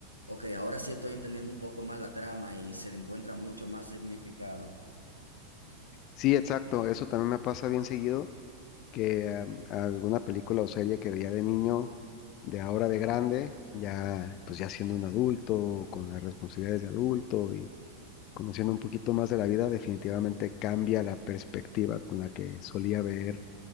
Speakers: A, on the left (about 90°); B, on the left (about 40°).
A: Ok, ahora sí estoy entendiendo un poco más la trama y se le encuentra mucho más significado.
B: Sí, exacto, eso también me pasa bien seguido, que um, alguna película o serie que veía de niño, de ahora de grande, ya pues ya siendo un adulto, con las responsabilidades de adulto y conociendo un poquito más de la vida, definitivamente cambia la perspectiva con la que solía ver,